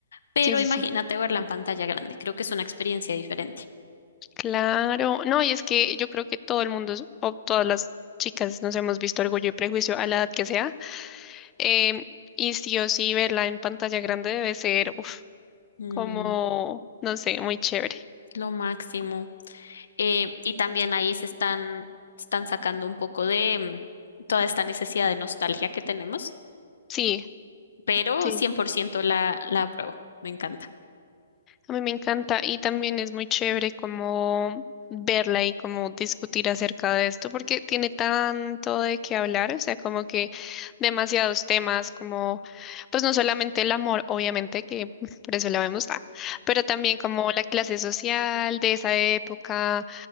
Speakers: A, on the left (about 75°); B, on the left (about 15°).
A: pero
B: Sí, sí,
A: imagínate
B: sí.
A: verla en pantalla grande, creo que es una experiencia diferente.
B: Claro. No, y es que yo creo que todo el mundo, o todas las chicas, nos hemos visto Orgullo y Prejuicio a la edad que sea. Em, y sí o sí, verla en pantalla grande debe ser, uf,
A: Mm,
B: como, no sé, muy chévere.
A: lo máximo. Eh, y también ahí se están, están sacando un poco de mm, toda esta necesidad de nostalgia que tenemos,
B: Sí.
A: pero
B: sí.
A: 100% la, la apruebo, me encanta.
B: A mí me encanta y también es muy chévere como verla y como discutir acerca de esto porque tiene tanto de qué hablar, o sea, como que demasiados temas como pues no solamente el amor, obviamente que <laughs> por eso la vemos, ah, pero también como la clase social de esa época,